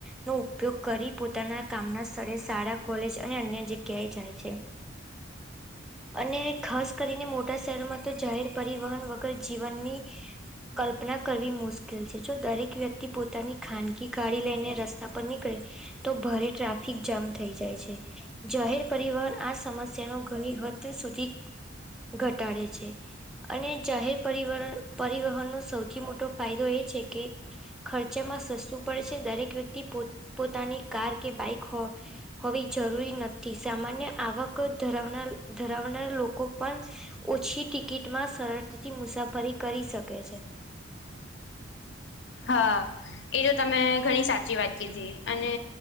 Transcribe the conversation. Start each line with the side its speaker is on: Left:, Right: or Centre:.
Centre: નો.. ઉપયોગ કરી પોતાના કામના સ્થળે શાળા કોલેજ અને અન્ય જગ્યાએ જાય છે. અને ખાસ કરીને મોટા શહેરમાં તો જાહેર પરિવહન વગર જીવનની.. કલ્પના કરવી મુશ્કેલ છે જો દરેક વ્યક્તિ પોતાની ખાનગી ગાડી લઈને રસ્તા ઉપર નીકળે તો ભારે ટ્રાફિક જામ થઈ જાય છે. જાહેર પરિવહન આ સમસ્યા નો ઘણી હદ સુધી ઘટાડે છે. અને જાહેર પર પરિવહનનો સૌથી મોટો ફાયદો એ છે કે. ખર્ચામાં સસ્તું પડે છે દરેક વ્યક્તિ પો પોતાની કાર કે બાઈક હોવી જરૂરી નથી સામાન્ય આવક ધરાવનાર ધરાવનાર લોકો પણ ઓછી ટિકિટમાં સરળતાથી મુસાફરી કરી શકે છે.
Left: હા, એ જો તમે ઘણી સાચી વાત કીધી અને